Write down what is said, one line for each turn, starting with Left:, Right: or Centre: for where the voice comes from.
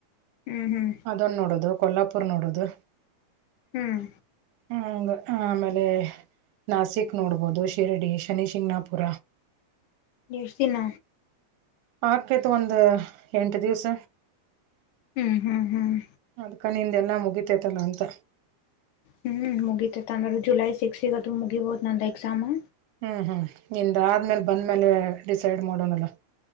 Left: ಹ್ಮ್ ಹ್ಮ್
Right: ಅದೊನ್ ನೋಡೋದು ಕೊಲ್ಲಾಪುರ್ ನೋಡೋದು
Left: ಹ್ಮ್
Right: ಹಂಗ ಆಮೇಲೆ ನಾಸಿಕ್ ನೋಡ್ಬೋದು ಶಿರಡಿ ಶನಿಶಿಂಗಣಾಪುರ.
Left: ಎಷ್ಟ ದಿನ?
Right: ಆಗ್ತೖತು ಒಂದ ಎಂಟು ದಿವ್ಸ.
Left: ಹ್ಮ್ ಹ್ಮ್ ಹ್ಮ್
Right: ಅದ್ಕ ನಿಂದೆಲ್ಲಾ ಮುಗಿತೇತನ ಅಂತ.
Left: ಹ್ಮ್ ಮುಗಿತೇತ್ ಅಂದ್ರು ಜುಲೈ ಸಿಕ್ಸ್ಗ ಅದು ಮುಗಿಬೊದು ನಂದ್ ಎಕ್ಸಾಮು.
Right: ಹ್ಮ್ ಹ್ಮ್ ನಿಂದ್ ಆದ್ಮೇಲ್ ಬಂದ್ಮೇಲೆ ಡಿಸೈಡ್ ಮಾಡೋನಲ್ಲ.